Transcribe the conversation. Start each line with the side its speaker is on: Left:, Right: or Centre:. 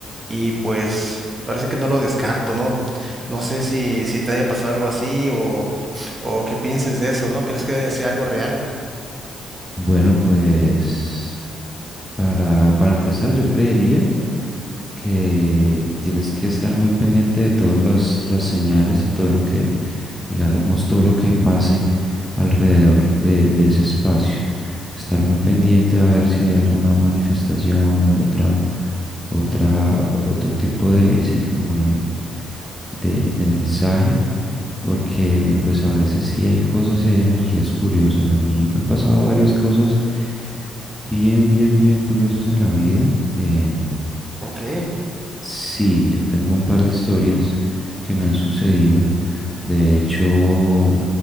Right: y pues parece que no lo descarto, ¿no? No sé si, si te haya pasado algo así o, o qué pienses de eso, ¿no? ¿Crees que sea algo real?
Centre: Bueno, pues para, para empezar yo creería que tienes que estar muy pendiente de todas las, las señales y todo lo que, digamos, todo lo que pase alrededor de, de ese espacio. Estar muy pendiente a ver si hay alguna manifestación, hay otra, otra, otro tipo de, sí, como de, de, de mensaje porque pues a veces sí hay cosas y hay energías curiosas. A mí me han pasado varias cosas bien, bien, bien curiosas en la vida. Em,
Right: Ok.
Centre: sí, yo tengo un par de historias que me han sucedido. De hecho,